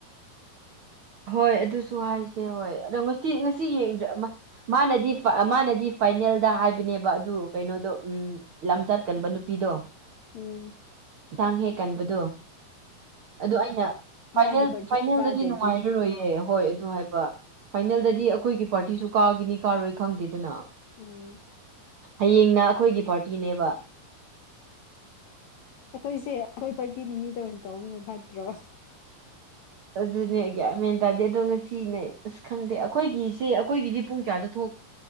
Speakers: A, on the right; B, on the left.
A: ꯍꯣꯏ ꯑꯗꯨꯁꯨ ꯍꯥꯏꯁꯦ ꯍꯣꯏ ꯑꯗꯣ ꯉꯁꯤ ꯉꯁꯤ ꯌꯦꯡꯗꯔ꯭ꯦ ꯃꯥꯅꯗꯤ ꯃꯥꯅꯗꯤ ꯐꯥꯏꯅꯦꯜꯗ ꯍꯥꯏꯕꯅꯦꯕ ꯑꯗꯨ ꯀꯩꯅꯣꯗꯣ ꯎꯝ ꯂꯝ ꯆꯠ ꯀꯟꯕ ꯅꯨꯄꯤꯗꯣ
B: ꯎꯝ
A: ꯆꯥꯡ ꯍꯦꯛ ꯀꯟꯕꯗꯣ ꯑꯗꯨ ꯑꯩꯅ ꯐꯥꯏꯅꯦꯜ
B: ꯃꯥꯒꯤ ꯄꯥꯔꯇꯤ
A: ꯐꯥꯏꯅꯦꯜꯗꯗꯤ
B: ꯀꯥꯗ꯭ꯔꯗꯤ
A: ꯅꯨꯡꯉꯥꯏ ꯌꯥꯔꯣꯏꯌꯦ ꯍꯣꯏ ꯑꯗꯨ ꯍꯥꯏꯕ ꯐꯥꯏꯅꯦꯜꯗꯗꯤ ꯑꯩꯈꯣꯏꯒꯤ ꯄꯥꯔꯇꯤꯁꯨ ꯀꯥꯒꯅꯤ ꯀꯥꯔꯣꯏ ꯈꯪꯗꯦꯗꯅ
B: ꯎꯝ
A: ꯍꯌꯦꯡꯅ ꯑꯩꯈꯣꯏꯒꯤ ꯄꯥꯔꯇꯤꯅꯦꯕ
B: ꯑꯩꯈꯣꯏꯁꯦ ꯑꯩꯈꯣꯏ ꯄꯥꯔꯇꯤ ꯅꯨꯃꯤꯠꯇ ꯑꯣꯏꯅ ꯇꯧꯕꯅ ꯐꯠꯇ꯭ꯔꯣ
A: ꯑꯗꯨꯅꯦ ꯒ꯭ꯌꯥꯟ ꯃꯦꯟ ꯇꯥꯗꯦ ꯑꯗꯣ ꯉꯁꯤꯅꯦ ꯑꯁ ꯈꯪꯗꯦ ꯑꯩꯈꯣꯏꯒꯤꯁꯦ ꯑꯩꯈꯣꯏꯒꯤꯗꯤ ꯄꯨꯡ ꯀꯌꯥꯗ ꯊꯣꯛ